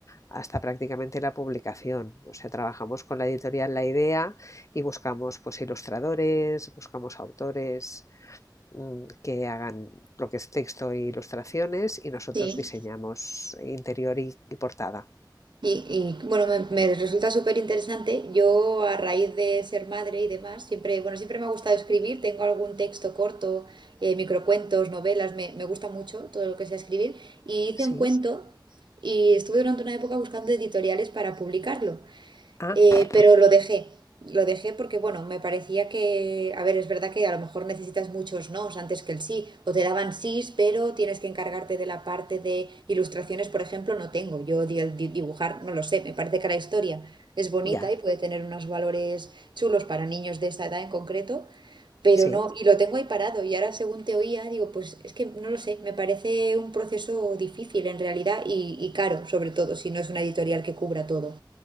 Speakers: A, on the left; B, on the right.
A: hasta prácticamente la publicación. O sea, trabajamos con la editorial La Idea y buscamos pues ilustradores, buscamos autores mmm, que hagan lo que es texto e ilustraciones y nosotros
B: sí.
A: diseñamos interior y, y portada.
B: Y, y, bueno, me, me resulta súper interesante. Yo, a raíz de ser madre y demás, siempre, bueno, siempre me ha gustado escribir. Tengo algún texto corto, eh, microcuentos, novelas, me, me gusta mucho todo lo que sea escribir. Y hice
A: ¿Sí?
B: un cuento y estuve durante una época buscando editoriales para publicarlo.
A: Ah,
B: Eh, pero lo dejé, lo dejé porque, bueno, me parecía que, a ver, es verdad que a lo mejor necesitas muchos nos antes que el sí, o te daban sís, pero tienes que encargarte de la parte de ilustraciones, por ejemplo, no tengo, yo di- di- dibujar, no lo sé, me parece que la historia es bonita
A: ya,
B: y puede tener unos valores chulos para niños de esa edad en concreto, pero
A: sí.
B: no, y lo tengo ahí parado, y ahora según te oía, digo, pues es que no lo sé, me parece un proceso difícil en realidad y, y caro, sobre todo, si no es una editorial que cubra todo.